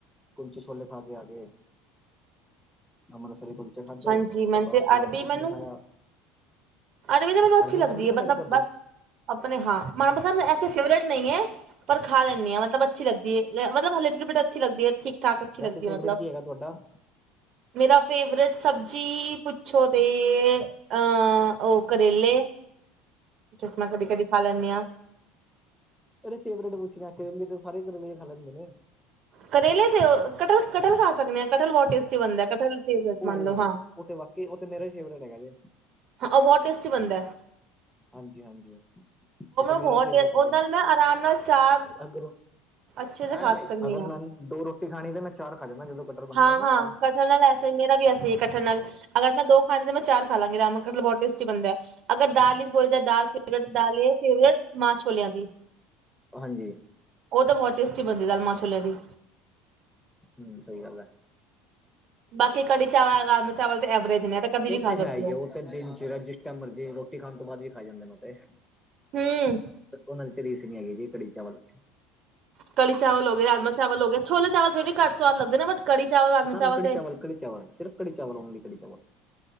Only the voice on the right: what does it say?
ਹਾਂਜੀ ਮੈਨੂੰ
ਤੇ
ਅਰਬੀ
ਮੈਨੂੰ
ਅਰਬੀ ਤੇ ਮੈਨੂੰ ਅੱਛੀ ਲੱਗਦੀ
ਏ ਮਤਲਬ,
ਬਸ, ਆਪਨੇ ਹਾਂ, ਮਨਪਸੰਦ ਐਸੇ ਫੇਵਰੇਟ ਨਈਂ ਐਂ। ਪਰ ਖਾ ਲੈਂਨੀ ਆਂ ਮਤਲਬ ਅੱਛੀ ਲਗਦੀ ਏ, ਮਤਲਬ ਲਿਟ ਪਿੱਟ ਅੱਛੀ ਲਗਦੀ ਏ, ਠੀਕ ਠਾਕ ਅੱਛੀ
ਲੱਗਦੀ
ਹੈ ਮਤਲਬ
ਮੇਰਾ ਫੇਵਰੇਟ ਸਬਜੀ, ਪੁੱਛੋ ਤੇ, ਅੰ, ਉਹ ਕਰੇਲੇ। ਜੋ ਮੈਂ ਕਦੀ ਕਦੀ ਖਾ ਲੈਂਨੀ ਆਂ।
ਕਰੇਲੇ ਤੇ ਕਟਹਲ ਕਟਹਲ ਖਾ ਸਕਦੇ ਆ, ਕਟਹਲ ਬਹੁਤ ਟੇਸਟੀ ਬਣਦਾ, ਕਟਹਲ ਤੇ
ਮੰਨ
ਲਉ
ਹਾਂ।
ਹਾਂ ਉਹ ਬਹੁਤ ਟੇਸਟੀ ਬਣਦਾ ਏ।
ਬਹੁਤ
ਉਹ
ਨਾਲ ਮੈਂ ਆਰਾਮ ਨਾਲ ਚਾਰ
ਅੱਛੇ ਸੇ ਖਾ ਸਕਦੀ ਹਾਂ
ਹਾਂ
ਹਾਂ,
ਕਠਹਲ ਐਸ ਮੇਰਾ ਵੀ ਐਸੇ ਈ ਕਠਹਲ ਨਾਲ, ਅਗਰ ਮੈਂ ਦੋ ਖਾਨੇ ਤਾਂ ਮੈਂ ਚਾਰ ਖਾ ਲਾਂਗੀ ਅਰਾਮ ਨਾਲ ਕਟਹਲ ਬਹੁਤ ਟੇਸਟੀ ਬਨਦੈ। ਅਗਰ ਦਾਲ 'ਚ' ਬੋਲਾ ਤਾਂ ਦਾਲ 'ਚ' ਫੇਵਰਟ ਦਾਲ ਏ ਫੇਵਰੇਟ, ਮਾਂਹ ਛੋਲਿਆਂ ਦੀ।
ਉਹ ਤਾਂ ਬਹੁਤ ਟੇਸਟੀ ਬਨਦੀ ਦਾਲ ਮਾਂਹ ਛੋਲਿਆਂ ਦੀ।
ਬਾਕੀ ਕੜੀ ਚਾਵਲ ਰਾਜਮਾਂਹ ਚਾਵਲ ਤੇ ਐਵਰੇਜ ਨੇ, ਏ ਤੇ ਕਦੇ
ਵੀ ਖਾ ਸਕਦੇ
ਓ।
ਹੂੰ
ਕੜੀ ਚਾਵਲ ਹੋ ਗਏ, ਰਾਜਮਾਂਹ ਚਾਵਲ ਹੋ ਗਏ, ਛੋਲੇ ਚਾਵਲ ਫਿਰ ਵੀ ਘੱਟ ਸਵਾਦ ਲੱਗਦੇ ਨੇ ਬਟ ਕੜੀ ਚਾਵਲ ਰਾਜਮਾਂ
ਚਾਵਲ
ਤੇ